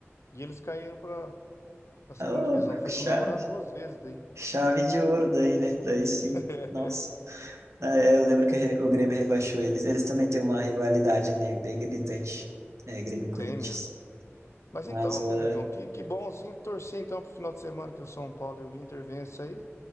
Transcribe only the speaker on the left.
e eles caíram para a segunda
divisão. Foi
comemorar duas vezes daí.
<laughs>
Tem mesmo. Mas
então, amigão,
que, que bom assim. Torcer então pro final de semana que o São Paulo e o Inter vencem aí.